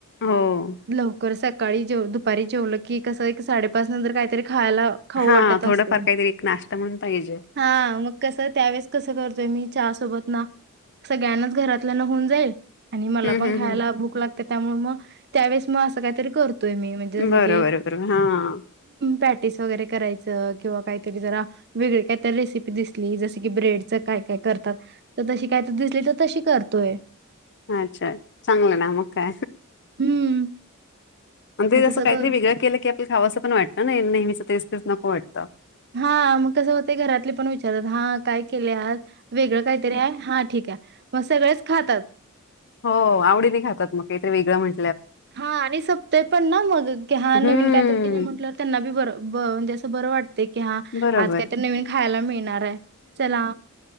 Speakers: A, on the left; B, on the right.
A: हो.
B: लवकर सैप सकाळी जेव दुपारी जेवलं की कसं एक साडे पाच नंतर कायतरी खायला खाऊ
A: हा
B: वाटत
A: थोडंफार
B: असते,
A: काहीतरी एक नाश्ता म्हणून पाहिजे.
B: हा मग कसं त्यावेळेस कसं करतोय मी चहा सोबत ना सगळ्यांनाच घरात त्यालांना होऊन जाईन आणि मला
A: हम्म
B: पण
A: हम्म
B: खायला भूक लाग त्यामुळे मग त्यावेळेस मग असं काहीतरी कर तोय मी म्हणजे
A: हम्म
B: ज
A: बरोबर
B: की
A: बरोबर हा
B: पॅटीस वगैरे करायची. त किंवा काहीतरी जरा वेगळी काहीतरी रेसिपी दिसली ही जशी की ब्रेडचा काय-काय करतात तर तशी काही दिसली तर तशी कर तोय
A: अच्छा चांगलं ना मग काय
B: हम्म
A: आणि
B: मग
A: जसं
B: तसं
A: ते काहीतरी
B: करू
A: वेगळं केलं की आप खावा असं पण वाटत ना नेहमीच तेच तेच नको वाट ता
B: हा मग कसं होते घरातले पण विचारतात हा काय केले आज वेगळं काहीतरी आहे? हां, ठीक आहे." मग सगळेच खातात.
A: हो आवडी ने खातात मग काहीतरी वेगळं म्हण
B: हा आणि सपतय पण ना मग क हा नवीन
A: हम्म,
B: काहीतरी केलं म्हटलं त्यांना बी बरं बन जेस बरं वाट ते कि हा
A: बरोबर.
B: आज काय तर नवीन खायला मिळणार आहे चला